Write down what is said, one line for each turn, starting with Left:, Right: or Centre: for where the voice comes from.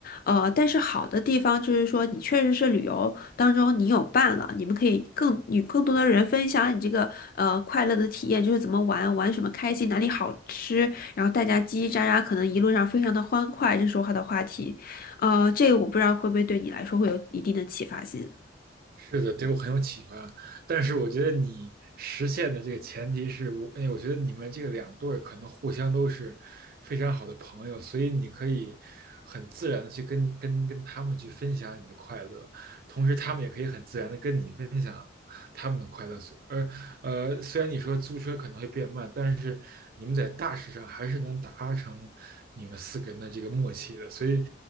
Left: 呃，但是好的地方就是说你确实是旅游当中你有伴了，你们可以更与更多的人分享你这个呃快乐的体验，就是怎么玩，玩什么开心，哪里好吃，然后大家叽叽喳喳，可能一路上非常的欢快，这是我好的话题。呃，这个我不知道会不会对你来说会有一定的启发性。
Right: 是的，对我很有启发。但是我觉得你实现的这个前提是我，哎，我觉得你们这个两对儿可能互相都是非常好的朋友，所以你可以很自然的去跟你跟跟他们去分享你的快乐，同时他们也可以很自然的跟你分享他们的快乐。所而呃，虽然你说租车可能会变慢，但是你们在大事上还是能达成你们四个人的这个默契的，所以